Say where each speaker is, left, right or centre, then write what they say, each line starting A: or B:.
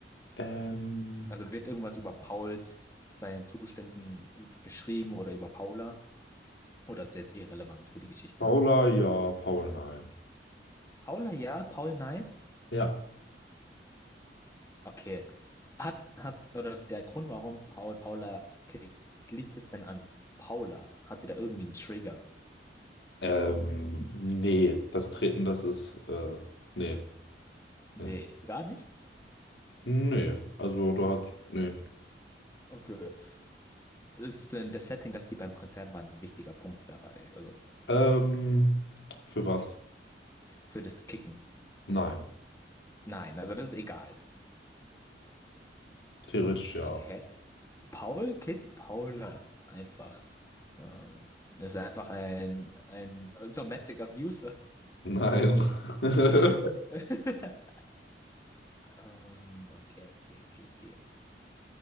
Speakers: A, on the left; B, on the left.
A: Ähm,
B: Also wird irgendwas über Paul, seinen Zuständen beschrieben oder über Paula? Oder ist es jetzt irrelevant für die Geschichte?
A: Paula, ja, Paul, nein.
B: Paula ja, Paul nein?
A: Ja.
B: Okay. Hat, hat, oder der Grund, warum Paul Paula kriegt, liegt es denn an Paula? Hat sie da irgendwie einen Trigger?
A: Ähm, nee, das Treten, das ist, äh, nee,
B: Nee,
A: nee.
B: gar nicht?
A: Nee, also da hat, nee.
B: Okay. Ist denn das Setting, dass die beim Konzert waren, ein wichtiger Punkt dabei? Also
A: Ähm, für was?
B: für das Kicken?
A: Nein.
B: Nein, also das ist egal.
A: Theoretisch
B: Okay,
A: ja.
B: hä? Paul kickt Paula einfach. Ähm, ist einfach ein, ein Domestic Abuser.
A: Nein. <laughs>
B: <laughs> Ähm, okay, okay, okay, okay.